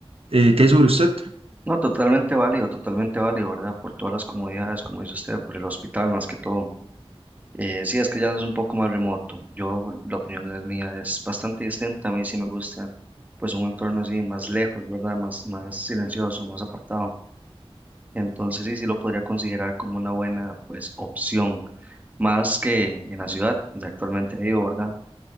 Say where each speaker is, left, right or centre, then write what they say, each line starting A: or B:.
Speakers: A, on the right (about 70°); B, on the right (about 15°).
A: Eh, ¿qué hay sobre usted?
B: No, totalmente válido, totalmente válido, ¿verdad? Por todas las comodidades, como dice usted, por el hospital más que todo. Eh, sí, es que ya es un poco más remoto. Yo, la opinión es mía, es bastante distinta. A mí sí me gusta, pues, un entorno así más lejos, ¿verdad? Más, más silencioso, más apartado. Entonces, sí, sí lo podría considerar como una buena, pues, opción, más que en la ciudad donde actualmente vivo, ¿verdad?